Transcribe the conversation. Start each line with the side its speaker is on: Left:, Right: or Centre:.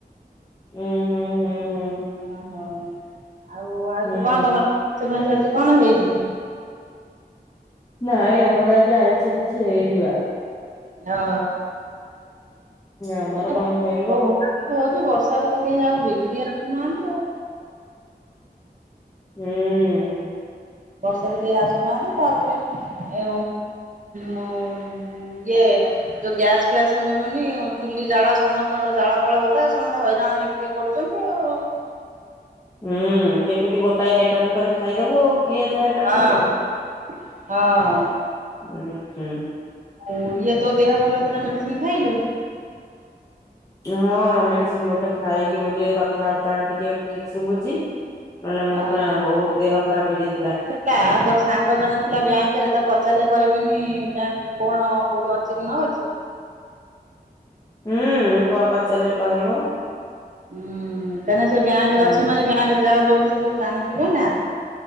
Left: ଉଁ ହୁଁ ହୁଁ ହୁଁ।
Right: ଓହୋ ଆଉ ଆଉ
Left: ହୁଁ
Right: ଯେ କଣ ତମର <unintelligible> କଣ ହେଇଚି।
Left: ନାଇଁ ଆମର ଆଜି ଆଇଁଷ କିଛି ହେଇନି ବା।
Right: ନା
Left: ଆମର
Right: <inaudible> ହୋଉଚି
Left: କଣ କହିଲୁ
Right: ବର୍ଷାରେ ତ କେହି ଆଉ ବିକ୍ରି ଆଣୁନାହାନ୍
Left: ଉଁ। ହୁଁ।
Right: ବର୍ଷାରେ କେହି ଆସୁନାହାନ୍ତି ତାପରେ ଏ ମୁଁ ଇଏ। ଯୋଉ ଗ୍ୟାସ ଫ୍ୟାସ ମିଳୁନି, ଉ ଚୁଲି ଜାଳ ସମସ୍ତଙ୍କର ଜାଳ ଫାଳ ଓଦା, ସମସ୍ତେ ହଇରାଣ ହେଇକିରି ଇଏ କର କରୁଚନ୍ତି ଆଉ।
Left: ହୁଁ, କେମିତି ଗୋଟାଏ ଆଇଟମ କରି ଖାଇଦବୁ ଆଉ। କିଏ ଏତେ ଆଇଟମ୍
Right: ହଁ
Left: କରିବ,
Right: ହଁ
Left: ଉଁ ଉଁ।
Right: ଓ, ଇଏ ତୋ ଦେହ ଭଲ ହେଇଥିଲା, ମେଡିସିନି ଖାଇଲୁ?
Left: ହଁ, ମେଡିସିନ ଗୋଟେ ଖାଇଲି ବୋଲି ଏ କଥାବାର୍ତ୍ତା ଟିକେ ଠିକ୍ ଶୁଭୁଛି। ନହେଲେ ମୁଁ
Right: ଆ
Left: ପୁରା ବହୁତ, ଦେହ ଖରାପ ହେଇଯାଇଥିଲା
Right: ହେଲା, ତୋର ସାଙ୍ଗ ଜଣେ ଥିଲା ବ୍ୟାଙ୍କରେ, ତାକୁ ପଚାରିଲେ କହିବନି ବ୍ୟାଙ୍କ କଣ କୋଉଠି ଅଛି କି ନ ଅଛି?
Left: ହୁଁ, କଣ ପଚାରିଲେ କହିବ।
Right: ହୁଁ, କାହିଁକିନା ସେ ବ୍ୟାଙ୍କ
Left: ହୁଁ
Right: ରେ ଅଛି ମାନେ, ବ୍ୟାଙ୍କରେ ଯାହା ଯୋଉଠି ସେ ସବୁ ଜାଣିଥିବେ ନା।